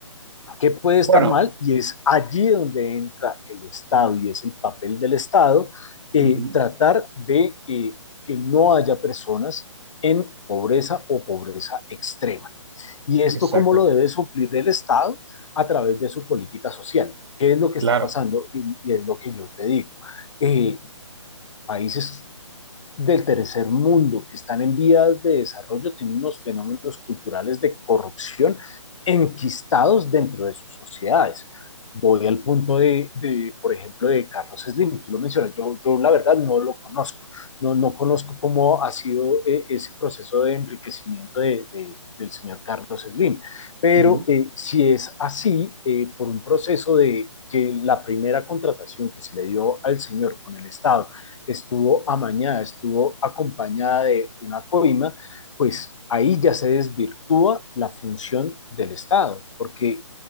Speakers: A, on the left; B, on the right.
A: ¿Qué puede estar
B: Bueno,
A: mal? Y es allí donde entra el Estado y es el papel del Estado eh,
B: ujú,
A: tratar de eh, que no haya personas en pobreza o pobreza extrema. ¿Y esto
B: exacto,
A: cómo lo debe suplir el Estado? A través de su política social. ¿Qué es lo que
B: claro.
A: está pasando? Y, y es lo que yo te digo. Eh, países del tercer mundo, que están en vías de desarrollo, tienen unos fenómenos culturales de corrupción enquistados dentro de sus sociedades. Voy al punto de, de, por ejemplo, de Carlos Slim, tú lo mencionas, yo, yo la verdad no lo conozco, no, no conozco cómo ha sido eh, ese proceso de enriquecimiento de, de, del señor Carlos Slim, pero
B: ujú.
A: eh, si es así, eh, por un proceso de que la primera contratación que se le dio al señor con el Estado estuvo amañada, estuvo acompañada de una coima, pues ahí ya se desvirtúa la función del Estado, porque